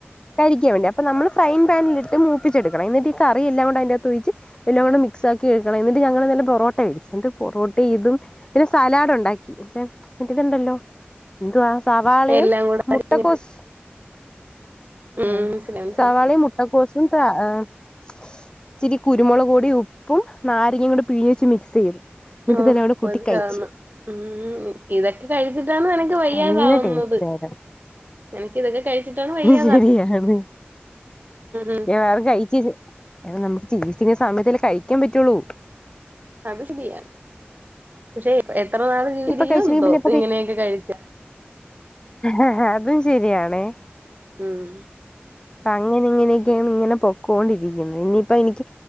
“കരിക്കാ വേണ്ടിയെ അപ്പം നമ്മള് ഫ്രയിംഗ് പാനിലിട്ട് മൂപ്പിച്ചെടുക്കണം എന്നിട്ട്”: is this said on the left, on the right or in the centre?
Left